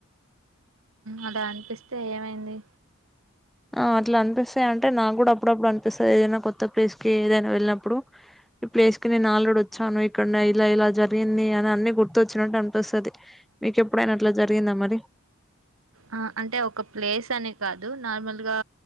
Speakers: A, on the right (about 75°); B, in the centre.
A: అలా అనిపిస్తే ఏమైంది
B: ఆ అట్లా అనిపిస్తాయి అంటే నాకు కూడా అప్పుడప్పుడు అనిపిస్తంది ఏదైనా కొత్త ప్లేస్ కి ఏదైనా వెళ్ళినప్పుడు ఈ ప్లేస్ కి నేను ఆల్డు వచ్చాను ఇక్కడ ఇలా ఇలా జరిగింది అని అన్న గుర్తొచ్చినట్టు అనిపిస్తుది మీకెప్పుడైనా అట్లా జరిగిందా మరి
A: ఆ అంటే ఒక ప్లేస్ అని కాదు నార్మల్ గా